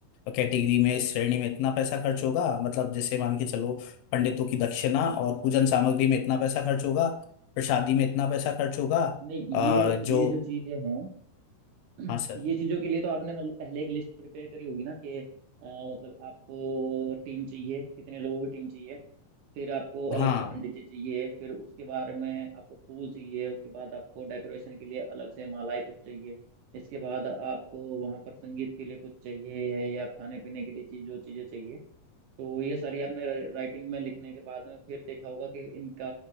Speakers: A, on the left; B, on the right.
A: कैटेगरी में इस श्रेणी में इतना पैसा खर्च होगा मतलब जैसे
B: हम्म।
A: मान के चलो पंडितों की दक्षिणा और पूजन सामग्री में इतना पैसा खर्च होगा प्रसादी में इतना पैसा खर्च होगा
B: नहीं
A: अ,
B: ये
A: जो
B: ये जो चीजें हैं <clears throat>
A: हाँ सर
B: ये चीजों के लिए तो आपने मतलब पहले एक लिस्ट प्रिपेयर करी होगी ना कि अ, मतलब आपको टीम चाहिए कितने लोगों की टीम चाहिए फिर आपको अलग
A: हाँ
B: से पंडित जी चाहिए फिर उसके बारे में आपको फूल चाहिए उसके बाद आपको डेकोरेशन के लिए अलग से मालाएं कुछ चाहिए इसके बाद आपको वहां पर संगीत के लिए कुछ चाहिए या खाने पीने के लिए चीज जो चीजें चाहिए तो ये सारी आपने राइटिंग में लिखने के बाद में फिर देखा होगा कि इनका